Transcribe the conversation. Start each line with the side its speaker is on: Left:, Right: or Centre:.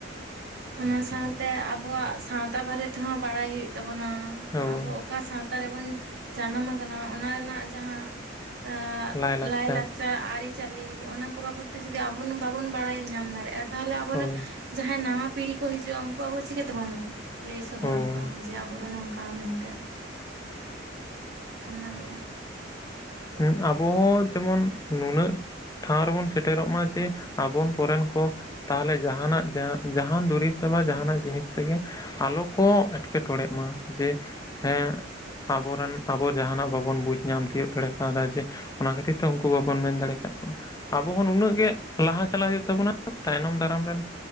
Right: ᱚᱱᱟ ᱥᱟᱶᱛᱮ ᱟᱵᱚᱣᱟᱜ ᱥᱟᱶᱛᱟ ᱵᱟᱨᱮ ᱛᱮᱸᱦᱚ ᱵᱟᱲᱟᱭ ᱦᱩᱭᱩᱜ ᱛᱟᱵᱚᱱᱟ,
Left: ᱦᱳᱭ
Right: ᱟᱵᱚ ᱚᱠᱟ ᱥᱟᱶᱛᱟ ᱨᱮᱵᱚᱱ ᱡᱟᱱᱟᱢ ᱟᱠᱟᱱᱟ ᱚᱱᱟ ᱨᱮᱱᱟᱜ ᱡᱟᱸᱦᱟ᱾ ᱟᱸ
Left: ᱞᱟᱭᱼᱞᱟᱠᱪᱟᱨ
Right: ᱞᱟᱹᱭ <inaudible> ᱟᱹᱨᱤᱪᱟᱹᱞᱤ ᱚᱱᱟ ᱠᱚ ᱵᱟᱵᱚᱫ ᱛᱮ ᱡᱩᱫᱤ ᱟᱵᱚ ᱵᱟᱵᱚᱱ ᱵᱟᱲᱟᱭ ᱧᱟᱢ ᱫᱟᱲᱮᱭᱟᱜᱼᱟ ᱛᱟᱦᱚᱞᱮ ᱟᱵᱚᱨᱮᱱ
Left: ᱦᱳᱭ
Right: ᱡᱟᱦᱟᱸᱭ ᱱᱟᱣᱟ ᱯᱤᱲᱦᱤ ᱠᱚ ᱦᱤᱡᱩᱜᱼᱟ ᱩᱱᱠᱩ ᱟᱵᱚ ᱪᱤᱠᱟᱹᱛᱮᱵᱩᱱ ᱞᱟᱹᱭ ᱥᱚᱫᱚᱨ
Left: ᱦᱳᱭ
Right: ᱟᱠᱚᱣᱟ ᱡᱮ ᱟᱵᱚ ᱫᱚ ᱱᱚᱝᱠᱟ? ᱵᱟ ᱢᱮᱱᱛᱮ ᱚᱱᱟᱜᱮ
Left: ᱦᱩ ᱟᱵᱚ ᱦᱚᱸ ᱡᱮᱢᱚᱱ ᱱᱩᱱᱟᱹᱜ ᱴᱷᱟᱶ ᱨᱮᱵᱚᱱ ᱥᱮᱴᱮᱨᱚᱜ ᱢᱟ ᱡᱮ ᱟᱵᱚᱱ ᱯᱚᱨᱮᱱ ᱠᱚ᱾ ᱛᱟᱦᱚᱞᱮ ᱡᱟᱦᱱᱟᱜ ᱡᱟᱦᱟᱱ ᱫᱩᱨᱤᱵᱽ ᱨᱮ ᱵᱟ ᱡᱟᱦᱟᱱᱟᱜ ᱡᱤᱱᱤᱥ ᱨᱮᱜᱮ᱾ ᱟᱞᱚ ᱠᱚ ᱮᱴᱠᱮᱴᱚᱲᱮᱜ ᱢᱟ ᱡᱮ ᱦᱮᱸ᱾ ᱟᱵᱚᱨᱮᱱ ᱟᱵᱚ ᱡᱟᱦᱟᱱᱟᱜ ᱵᱟᱵᱚᱱ ᱵᱩᱡᱽ ᱧᱟᱢ ᱛᱤᱭᱚᱜ ᱫᱟᱲᱮᱜ᱾ ᱠᱟᱫᱟ ᱡᱮ ᱚᱱᱟ ᱠᱷᱟᱹᱛᱤᱨ ᱛᱮ ᱩᱱᱠᱩ ᱵᱟᱵᱚᱱ ᱢᱮᱱ ᱫᱟᱲᱮ ᱠᱟᱜ ᱠᱚᱣᱟ ᱾ ᱟᱵᱚ ᱦᱚᱸ ᱱᱩᱱᱟᱹᱜ ᱜᱮ ᱞᱟᱦᱟ ᱪᱟᱞᱟᱜ ᱦᱩᱭᱩᱜ ᱛᱟᱵᱚᱱᱟ ᱛᱟᱭᱱᱚᱢ ᱫᱟᱨᱟᱢ ᱨᱮᱱ᱾